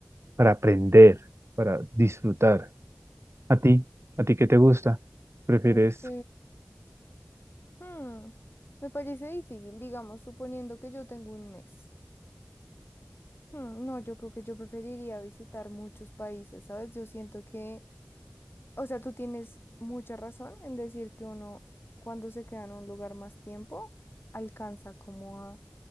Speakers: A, on the right (about 80°); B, on the left (about 55°).
A: para aprender, para disfrutar. ¿A ti? ¿A ti qué te gusta? ¿Prefieres
B: Ok. Hmm, Me parece difícil, digamos, suponiendo que yo tengo un mes. Hmm, No, yo creo que yo preferiría visitar muchos países, ¿sabes? Yo siento que, o sea, tú tienes mucha razón en decir que uno, cuando se queda en un lugar más tiempo, alcanza como